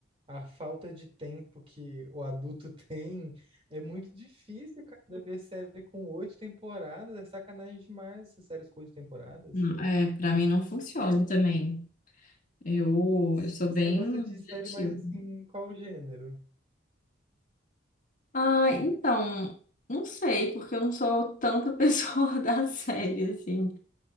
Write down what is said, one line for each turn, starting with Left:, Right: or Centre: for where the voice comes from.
Right: a falta de tempo que o adulto <laughs> tem, é muito difícil, cara, ver série com oito temporadas. É sacanagem demais essas séries com oito temporadas.
Left: Hum, é, para mim não funciona também. Eu,
Right: C-
Left: eu sou bem
Right: Você gosta
Left: objetiva.
Right: de série mais assim, qual gênero?
Left: Ah, então, não sei, porque eu não sou tanta pessoa <laughs> da série, assim.